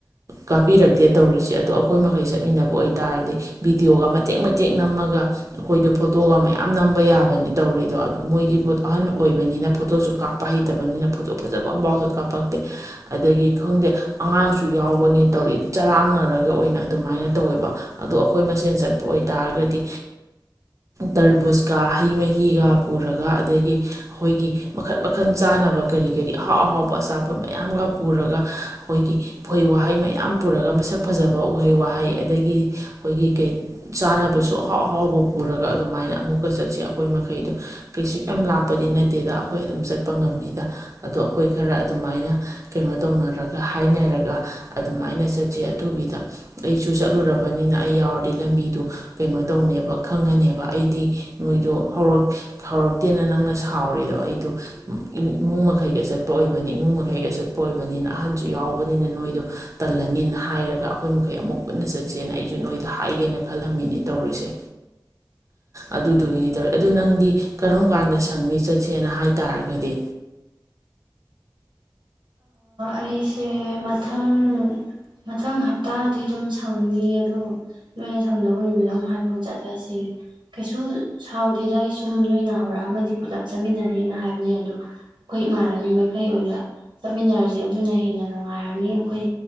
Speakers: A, on the right; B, on the right.
A: ꯀꯥꯞꯄꯤꯔꯛꯇꯦ ꯇꯧꯔꯤꯁꯦ ꯑꯗꯣ ꯑꯩꯈꯣꯏ ꯃꯈꯩ ꯆꯠꯃꯤꯟꯅꯕ ꯑꯣꯏꯇꯥꯔꯗꯤ ꯚꯤꯗꯤꯑꯣꯒ ꯃꯇꯦꯛ ꯃꯇꯦꯛ ꯅꯝꯃꯒ ꯑꯩꯈꯣꯏꯗꯣ ꯐꯣꯇꯣꯒ ꯃꯌꯥꯝ ꯅꯝꯕ ꯌꯥꯕꯅꯤ ꯇꯧꯔꯤꯗꯣ ꯑꯗꯨ ꯃꯣꯏꯒꯤ ꯐꯣꯣ ꯑꯍꯟ ꯑꯣꯏꯕꯅꯤꯅ ꯐꯣꯇꯣꯁꯨ ꯀꯥꯞꯄ ꯍꯩꯇꯕꯅꯤꯅ ꯐꯣꯇꯣ ꯐꯖꯕ ꯑꯃꯐꯥꯎꯁꯨ ꯀꯥꯞꯄꯛꯇꯦ ꯑꯗꯒꯤ ꯈꯪꯗꯦ ꯑꯉꯥꯡꯁꯨ ꯌꯥꯎꯕꯅꯤꯅ ꯇꯧꯔꯤꯗ ꯆꯔꯥꯡꯅꯔꯒ ꯑꯣꯏꯅ ꯑꯗꯨꯃꯥꯏꯅ ꯇꯧꯋꯦꯕ ꯑꯗꯣ ꯑꯩꯈꯣꯏ ꯃꯁꯦꯟ ꯆꯠꯄ ꯑꯣꯏꯇꯥꯔꯒꯗꯤ ꯇꯔꯕꯨꯖꯀ ꯍꯩ ꯃꯍꯤꯒ ꯄꯨꯔꯒ ꯑꯗꯒꯤ ꯑꯩꯈꯣꯏꯒꯤ ꯃꯈꯟ ꯃꯈꯜ ꯆꯥꯅꯕ ꯀꯔꯤ ꯀꯔꯤ ꯑꯍꯥꯎ ꯑꯍꯥꯎꯕ ꯑꯆꯥꯄꯣꯠ ꯃꯌꯥꯝꯒ ꯄꯨꯔꯒ ꯑꯩꯈꯣꯏꯒꯤ ꯎꯍꯩ ꯋꯥꯍꯩ ꯃꯌꯥꯝ ꯄꯨꯔꯒ ꯃꯁꯛ ꯐꯖꯕ ꯎꯍꯩ ꯋꯥꯍꯩ ꯑꯗꯒꯤ ꯑꯩꯈꯣꯏꯒꯤ ꯀꯩ ꯆꯥꯅꯕꯁꯨ ꯑꯍꯥꯎ ꯑꯍꯥꯎꯕ ꯄꯨꯔꯒ ꯑꯗꯨꯃꯥꯏꯅ ꯑꯃꯨꯛꯀ ꯆꯠꯁꯤ ꯑꯩꯈꯣꯏ ꯃꯈꯩꯗꯣ ꯀꯩꯁꯨ ꯌꯥꯝ ꯂꯥꯞꯄꯗꯤ ꯅꯠꯇꯦꯗ ꯑꯩꯈꯣꯏ ꯑꯗꯨꯝ ꯆꯠꯄ ꯉꯝꯅꯤꯗ ꯑꯗꯣ ꯑꯩꯈꯣꯏ ꯈꯔ ꯑꯗꯨꯃꯥꯏꯅ ꯀꯩꯅꯣ ꯇꯧꯅꯔꯒ ꯒ ꯍꯥꯏꯅꯔꯒ ꯑꯗꯨꯃꯥꯏꯅ ꯆꯠꯁꯦ ꯑꯊꯨꯕꯤꯗ ꯑꯩꯁꯨ ꯆꯠꯂꯨꯔꯕꯅꯤꯅ ꯑꯩ ꯌꯥꯎꯔꯗꯤ ꯂꯝꯕꯤꯗ ꯀꯩꯅꯣ ꯇꯧꯅꯦꯕ ꯈꯪꯉꯅꯦꯕ ꯑꯩꯗꯤ ꯅꯣꯏꯗꯣ ꯍꯧꯛ ꯍꯧꯔꯛꯇꯦꯅ ꯅꯪꯅ ꯁꯥꯎꯔꯤꯗꯣ ꯑꯩꯗꯣ ꯏꯃꯨꯡ ꯃꯈꯩꯒ ꯆꯠꯄ ꯑꯣꯏꯕꯅꯤ ꯏꯃꯨꯡ ꯃꯈꯩꯒ ꯆꯠꯄ ꯑꯣꯏꯕꯅꯤꯅ ꯑꯍꯟꯁꯨ ꯌꯥꯎꯕꯅꯤꯅ ꯅꯣꯏꯗꯣ ꯇꯜꯂꯅꯤꯅ ꯍꯥꯏꯔꯒ ꯑꯩꯈꯣꯏ ꯃꯈꯩ ꯑꯃꯨꯛ ꯄꯨꯟꯅ ꯆꯠꯁꯦꯅ ꯑꯩꯁꯨ ꯅꯣꯏꯗ ꯍꯥꯏꯒꯦꯅ ꯈꯜꯂꯝꯃꯤꯅꯦ ꯇꯧꯔꯤꯁꯦ ꯑꯗꯨꯗꯨꯒꯤꯅꯤ ꯇꯧꯋꯦ ꯑꯗꯨ ꯅꯪꯗꯤ ꯀꯔꯝ ꯀꯥꯟꯗ ꯁꯪꯅꯤ ꯆꯠꯁꯦꯅ ꯍꯥꯏ ꯇꯔꯒꯗꯤ
B: ꯑꯩꯁꯦ ꯃꯊꯪ ꯃꯊꯪ ꯍꯞꯇꯥꯗꯤ ꯑꯗꯨꯝ ꯁꯪꯉ ꯑꯗ ꯅꯣꯏꯅ ꯁꯪꯗꯧꯕ ꯅꯨꯃꯤꯠ ꯑꯃ ꯍꯥꯏꯕ ꯆꯠꯂꯁꯤ ꯀꯩꯁꯨ ꯁꯥꯎꯗꯦꯗ ꯑꯩ ꯁꯨꯝ ꯅꯣꯏꯅ ꯍꯧꯔꯛꯑꯃꯗꯤ ꯄꯨꯂꯞ ꯆꯠꯃꯤꯟꯅꯅꯤꯅ ꯍꯥꯏꯕꯅꯦ ꯑꯗꯣ ꯑꯩꯈꯣꯏ ꯏꯃꯥꯟꯅꯕꯤ ꯃꯈꯩ ꯑꯣꯏꯅ ꯆꯠꯃꯤꯟꯅꯔꯁ ꯑꯗꯨꯅ ꯍꯦꯟꯅ ꯅꯨꯡꯉꯥꯏꯔꯅꯤ ꯑꯩꯈꯣꯏ